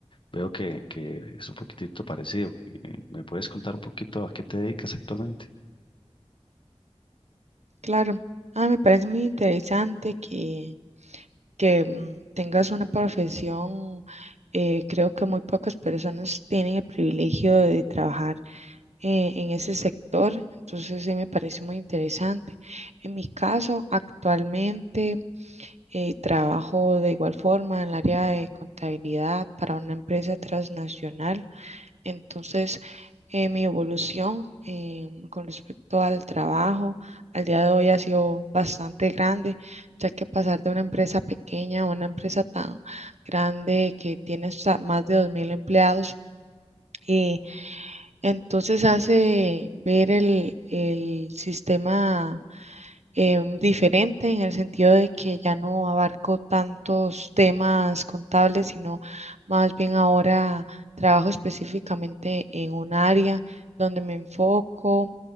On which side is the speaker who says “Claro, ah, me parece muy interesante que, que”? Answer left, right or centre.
Right